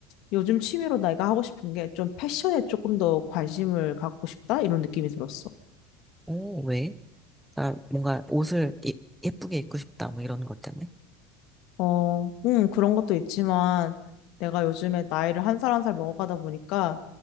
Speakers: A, on the left; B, in the centre.
A: 요즘 취미로 내가 하고 싶은 게 좀 패션에 조금 더 관심을 갖고 싶다? 이런 느낌이 들었어.
B: 오, 왜? 아, 뭔가 옷을 예, 예쁘게 입고 싶다. 뭐 이런 것 때문에.
A: 어, 음, 그런 것도 있지만 내가 요즘에 나이를 한 살 한 살 먹어가다 보니까